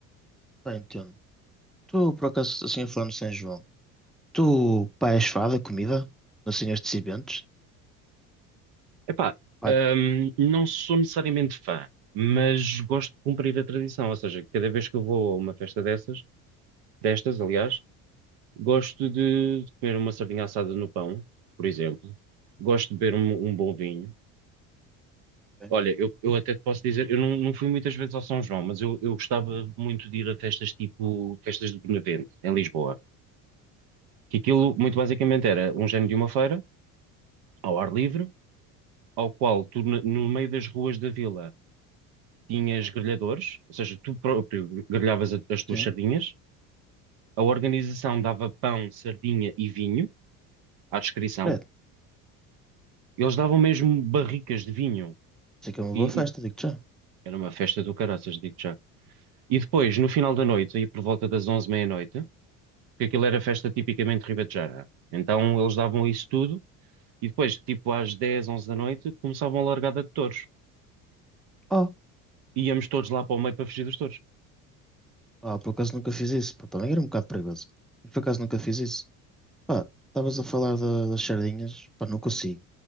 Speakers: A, in the centre; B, on the right (about 65°).
A: Ah, entendo. Tu por acaso, assim, falando de São João... Tu, pá, és fada, comida, assim, estes eventos,
B: Epá,
A: pá,
B: hum, não sou necessariamente fã, mas gosto de cumprir a tradição, ou seja, cada vez que eu vou a uma festa dessas, destas, aliás, gosto de de comer uma sardinha assada no pão, por exemplo, gosto de beber um, um bom vinho.
A: Ok.
B: Olha, eu, eu até te posso dizer, eu não, não fui muitas vezes ao São João, mas eu, eu gostava muito de ir a festas tipo festas de Benavente, em Lisboa, que aquilo muito basicamente era um género de uma feira, ao ar livre, ao qual tu, no no meio das ruas da vila tinhas grelhadores, ou seja, tu próprio grelhavas a- as tuas
A: sim,
B: sardinhas, a organização dava pão, sardinha e vinho à descrição,
A: credo,
B: e eles davam mesmo barricas de vinho,
A: sei que é uma
B: e,
A: boa festa,
B: e
A: digo-te já.
B: era uma festa do caraças, digo já. E depois, no final da noite, aí por volta das 11 meia-noite, porque aquilo era festa tipicamente ribetejana, então eles davam isso tudo, e depois, tipo às 10, 11 da noite, começavam a largada de touros,
A: Oh,
B: íamos todos lá para o meio para fugir dos touros.
A: oh, por acaso nunca fiz isso, pá, também era um bocado perigoso, mas por acaso nunca fiz isso. Pá, estavas a falar da- das sardinhas, pá, não consigo.